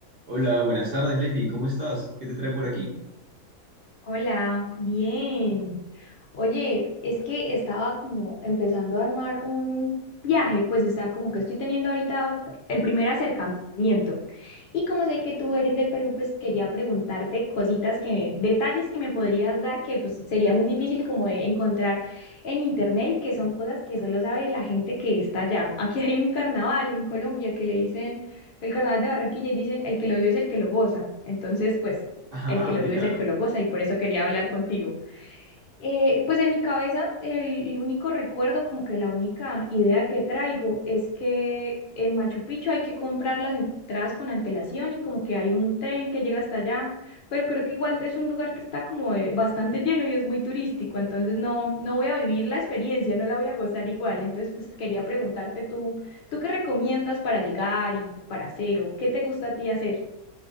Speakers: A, on the right; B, on the left.
A: Hola, buenas tardes, Leslie, ¿cómo estás? ¿Qué te trae por aquí?
B: Hola, bien. Oye, es que estaba como empezando a armar un viaje, pues está como que estoy teniendo ahorita el primer acercamiento. Y como sé que tú eres de Perú, pues quería preguntarte cositas que, detalles que me podrías dar que pues sería muy difícil como de encontrar en internet y que son cosas que solo sabe la gente que está allá. Aquí hay un carnaval en Colombia que le dicen el carnaval de Barranquilla y dicen el que lo vive es el que lo goza. Entonces, pues
A: Ajá,
B: el que
A: mira.
B: lo vive es el que lo goza y por eso quería hablar contigo. Eh, pues en mi cabeza el, el único recuerdo, como que la única idea que traigo es que en Machu Picchu hay que comprar las entradas con antelación y como que hay un tren que llega hasta allá, pero creo que igual es un lugar que está como eh, bastante lleno y es muy turístico, entonces no, no voy a vivir la experiencia, no la voy a gozar igual, entonces pues quería preguntarte tú, ¿tú qué recomiendas para llegar y para hacer o qué te gusta a ti hacer?